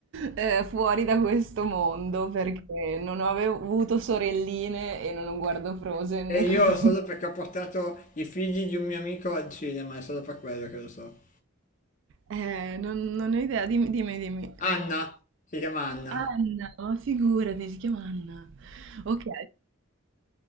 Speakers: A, on the right; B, on the left.
A: eh, fuori da questo mondo perché non ho ave- avuto sorelline e non guardo Frozen,
B: E io
A: <laughs> quindi...
B: solo perché ho portato i figli di un mio amico al cinema, è solo per quello che lo so.
A: Eh, non, non ho idea, dimmi, dimmi, dimmi.
B: Anna, si chiama Anna.
A: Anna, ma figurati, si chiama Anna. Ok.